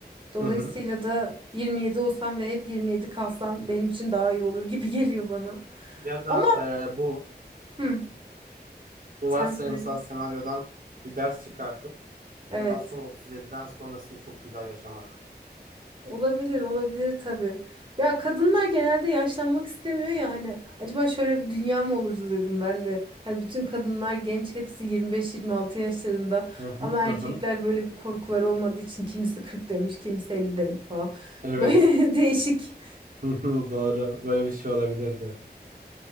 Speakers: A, on the right (about 30°); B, on the right (about 55°).
A: Dolayısıyla
B: Hı hı.
A: da 27 olsam ve hep 27 kalsam benim için daha iyi olur gibi <laughs> geliyor bana.
B: Ya da
A: Ama
B: e, bu
A: hı.
B: bu
A: Sen
B: varsayımsal
A: söyle.
B: senaryodan bir ders çıkartıp
A: Evet.
B: bundan sonra 37'den sonrasını çok güzel yaşamak.
A: Olabilir, olabilir tabii. Ya kadınlar genelde yaşlanmak istemiyor ya hani acaba şöyle bir dünya mı olurdu dedim ben de. Hani bütün kadınlar genç hepsi 25-26 yaşlarında
B: Hı hı
A: ama
B: hı
A: erkekler
B: hı.
A: böyle bir korkuları olmadığı için kimisi 40 demiş, kimisi 50 demiş falan.
B: Evet.
A: Böyle <laughs> değişik.
B: Hı hı, Doğru. Böyle bir şey olabilirdi.